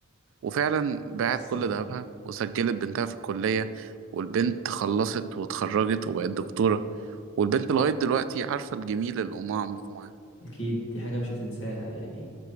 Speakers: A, on the right; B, on the left.
A: وفعلا باعت
B: السلام
A: كل ذهبها وسجلت بنتها في الكلية والبنت خلصت واتخرجت وبقت دكتورة والبنت لغاية دلوقتي عارفة الجميل اللي أمها عملته معاها
B: أكيد دي حاجة مش هتنساها يعني